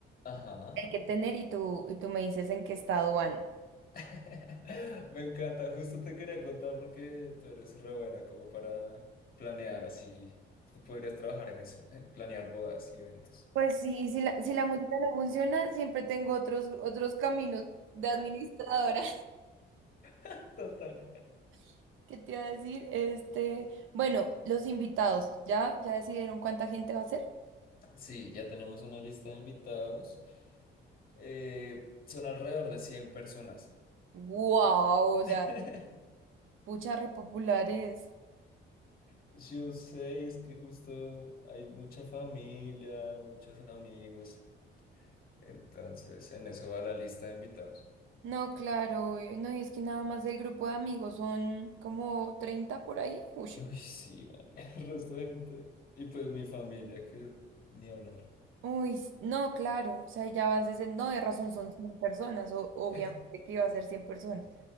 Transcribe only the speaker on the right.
que hay que tener y tú, y tú me dices en qué estado van.
Pues sí, si la, si la música no funciona, siempre tengo otros, otros caminos de administradora.
<laughs> ¿Qué te iba a decir? Este, bueno, los invitados, ¿ya, ya decidieron cuánta gente va a ser?
¡Wow! O sea,
pucha, repopulares.
No, claro, y- no, y es que nada más del grupo de amigos son como 30 por ahí. Uy.
Uy, s- no, claro, o sea, ya van 60, no, de razón son cien personas, o, obviamente
que iba a ser 100 personas.